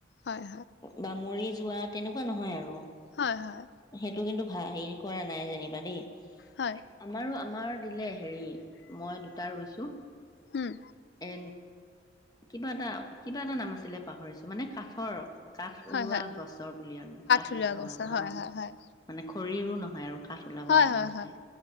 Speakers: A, on the left; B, on the left.
A: হয়
B: বা মৰি যোৱা তেনেকুৱা নহয় আৰু।
A: হয়, হয়
B: এইটো কিন্তু ভা হেৰি কৰা নাই যেনিবা দে।
A: হয়
B: আমাৰো-আমাৰ দিলে, হেৰি মই দুটা ৰুইছো।
A: উম
B: এ কিবা এটা, কিবা এটা নাম আছিলে পাহৰিছো, মানে কাঠৰ কাঠ
A: হয়
B: ওলোৱা
A: হয়
B: গছৰ পুলিয়া, কাঠ
A: ওলোৱা
B: ওলাব
A: গছৰ
B: আৰু
A: হয়
B: অ,
A: হয় হয়
B: মানে খৰিৰো নহয় আৰু কাঠ ওলাব
A: হয়,
B: ডাঙৰ
A: হয়,
B: হলে
A: হয়,